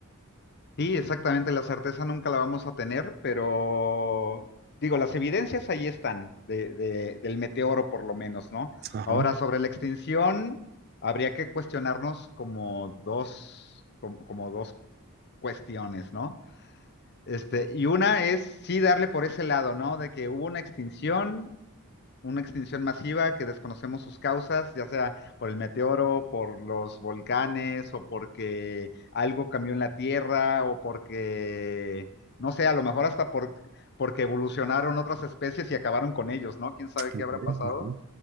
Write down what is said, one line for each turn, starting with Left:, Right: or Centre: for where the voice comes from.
Left: Sí, exactamente, la certeza nunca la vamos a tener, pero digo, las evidencias ahí están, de- de- del meteoro por lo menos, ¿no?
Right: Ajá,
Left: Ahora, sobre la extinción, habría que cuestionarnos como dos, como, como dos cuestiones, ¿no? Este, y una es sí darle por ese lado, ¿no? De que hubo una extinción una extinción masiva que desconocemos sus causas, ya sea por el meteoro, por los volcanes, o porque algo cambió en la Tierra, o porque, no sé, a lo mejor hasta por, porque evolucionaron otras especies y acabaron con ellos, ¿no? ¿Quién sabe
Right: ok,
Left: qué habrá pasado?
Right: ajá,